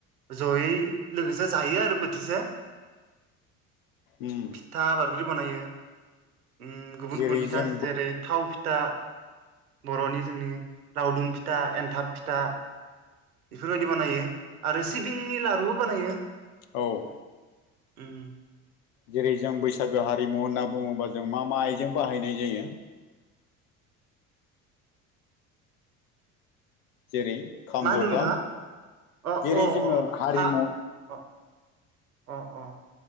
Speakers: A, on the right; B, on the left.
A: जयै लोगोसे जायो आरो बोथिसे।
B: उम
A: फिथा बायदि बनायो। उम गुबुन-
B: जेरै
A: गुबुन फिथा
B: जों
A: जेरै थाव फिथा बर'नि जोंनि लावदुम फिथा, एनथाब फिथा बेफोरबायदि बानायो आरो सिबिंनि लारुबो बानायो।
B: औ
A: उम
B: जेरै जों बैसागो हारिमु होनना बुङोबा जों मा मा आइजों बाहायनाय जायो? जेरै खाम
A: मा होनदों
B: जथा
A: नोंथाङा अ
B: जेरै
A: -अ
B: जोङो
A: -अ
B: हारिमु
A: हा अ अ- अ